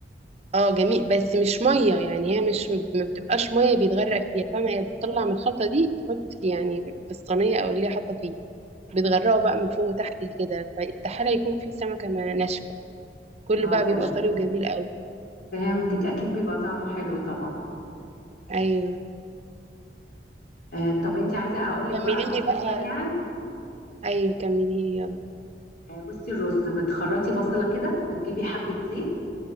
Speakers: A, on the right; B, on the left.
A: اه جميل بس مش مية يعني هي مش ما بتبقاش مية بيتغرق فيها فاهمة هي بتطلع من الخلطة دي تحط يعني في الصينية أو اللي هي حاطة فيه بتغرقه بقى من فوق وتحت كده فاستحالة يكون فيه سمكة ما- ناشفة كله
B: اه
A: بقى
B: ف-
A: بيبقى طري وجميل قوي
B: فهمتك اكيد بيبقى طعمه حلو طبعا
A: أيوه
B: آه طب انت عايزة اقولك
A: كملي
B: بقى الرز
A: لي بقى
B: سريعا
A: أيوه كملي لي يلا
B: آه بصي الرز بتخرطي بصلة كده وتجيبي حبة زيت